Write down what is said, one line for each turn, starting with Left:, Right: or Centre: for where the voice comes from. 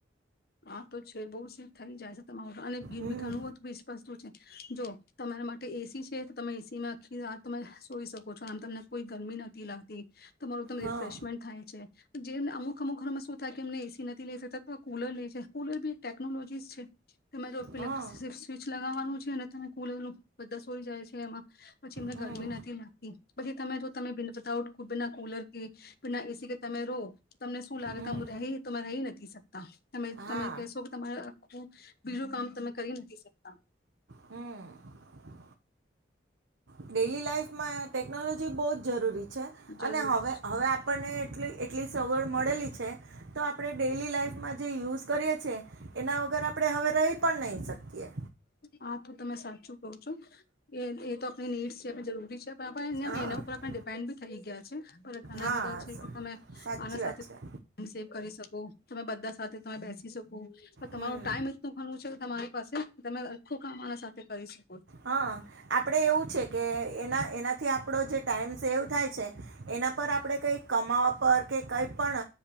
Left: હા તો છે બહુ સ થ જ તમા અનેાનું
Right: હમ
Left: સ્પષ છે જો તમારા માટે એસી છે તો તમે એસીમાં આખી રાત તમે સોઈ શકો છો આમ તમને કોઈ ગરમી નથીતી લાગતી તમારું તને
Right: હા
Left: રિફ્રેશમેન્ટ થાય છે જેમને અમુક અમુક ઘરમાં શું થાય કે એમને એ નથી લ કુલ લે ફકલ બી એક ટેકનોલોજીી છે તે મેપઇક્ટ
Right: હા
Left: સ્વિચ લગા છે અને તમે કુળેલું બધા સોઈ જાય છે એમાં પછી એમને
Right: હમ
Left: ગરમી નથી લાગતી પછી તમે જો તમે બાઉટના કુલર એ ના એી કે તમે રો તમને શું લાગે
Right: હમ
Left: તો હું રહી તમે રહી નથી શકતા તમે તમે
Right: હા
Left: કહેશો કે તમારા હ બીજું કામ તમે કરી નથી શકતા
Right: હમ ડેલી લાઈફમાં ટેકનોલોજી બહ જ જરૂરી છે
Left: જરૂરી
Right: અનેવે
Left: છે
Right: હવે આપણને એટલી સગવડ મળેલી છે તો આપણે ડેલી લાઈફ માં જે યુઝ કરીએ છીએ એના વગર આપણે હવે રહી પણ નહીં શકીએ
Left: હા તો તમે સાચું ક છો એ એ તો એ નીડસ છે આપ જરૂરી છે
Right: હા
Left: એના ઉપરણે ડિપેડ થઈ ગયા છે ઘણા
Right: હા
Left: બધા છે
Right: સા-
Left: કે તમે
Right: સાચી
Left: આના સાથે
Right: વાત
Left: ટ
Right: છે
Left: સેવ કરી શકો તમે બધા સાથે તમે બેસી શકો પણ તમારો
Right: હમ
Left: ટાઈમ એટલું ઘણવું છે કે તમારી પાસે તમે અખું કામરા સાથે કરી છે
Right: હા આપડે એવું છે કે એના એના થી આપણો જે ટાઈમ સેવ થાય છે એના પર આપડે કઈ કમાવા પર કે કઈ પણ